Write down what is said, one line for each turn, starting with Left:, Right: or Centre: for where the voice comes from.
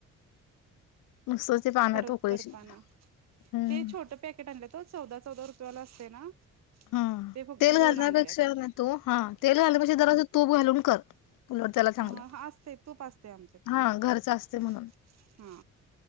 Left: नुसतच ते पाण्यात
Right: परत
Left: उकळीची
Right: करताना
Left: हम्म
Right: ते छोट पॅकेट आणल्यात ओ ते चौदा चौदा रुपयावाल असतय ना
Left: हा
Right: ते फक्त
Left: तेल
Right: दोन
Left: घालण्यापेक्षा
Right: आणल्याच
Left: नाही तू हा तेल घालण्यापेक्षा जरासं तु तूप घालून कर उलट त्याला चांगलं
Right: हा ह असतय तूप असतय आमच्यात
Left: हा घरच असते म्हणून
Right: हा